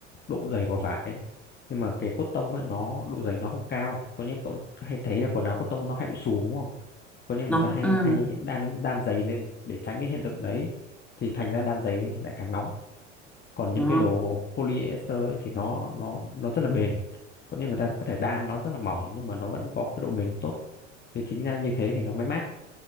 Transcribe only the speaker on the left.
độ dày của vải nhưng mà cái cốt tông ấy nó độ dày nó không cao có những cậu hay thấy là quần áo cốt tông nó hay bị xù đúng không có những
người ta hay
hay đan đan dày lên để tránh cái hiện tượng đấy thì thành ra đan dày lên thì lại càng nóng còn
những cái đồ polyester ấy, thì nó nó nó rất là bền có những người ta có thể đan nó rất là mỏng nhưng mà nó vẫn có cái độ bền tốt thì chính ra như thế thì nó mới mát